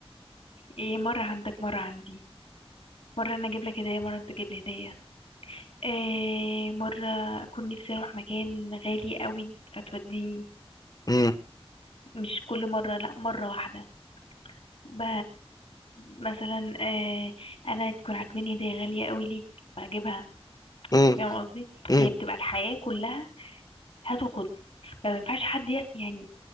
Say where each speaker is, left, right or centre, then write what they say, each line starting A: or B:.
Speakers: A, on the left (about 70°); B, on the left (about 40°).
A: إيه مرة عندك مرة عندي مرة أنا أجيب لك هدية مرة أنت تجيب لي هدية إيه مرة أكون نفسي أروح مكان غالي قوي فتوديني
B: مم،
A: مش كل مرة لأ مرة واحدة ب... مثلا إيه أنا تكون عاجباني هدية غالية قوي ليك بجيبها
B: مم،
A: فاهم قصدي
B: مم،
A: هي بتبقى الحياة كلها هات وخد ما بينفعش حد ي- يعني